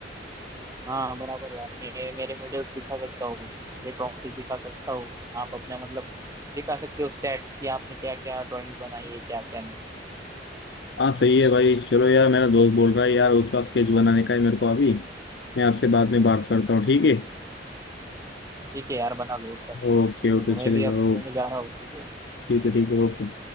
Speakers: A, on the right (about 20°); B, on the left (about 70°).
A: हाँ बराबर यार मैं मेरे मेडल्स दिखा सकता हूँ मेरे ट्रॉफी दिखा सकता हूँ आप अपना मतलब दिखा सकते हो स्टैट्स कि आपने क्या क्या ड्राइंग्स बनाई है क्या क्या नहीं
B: हाँ सही है भाई चलो यार मेरा दोस्त बोल रहा है यार उसका स्केच बनाने का है मेरे को अभी मैं आपसे बाद में बात करता हूँ ठीक है
A: ठीक है यार बना लो उसका स्केच
B: ओके
A: तो
B: ओके
A: मैं
B: चलेगा
A: भी अब सोने
B: okay
A: जा रहा हूँ ठीक है
B: You could even open.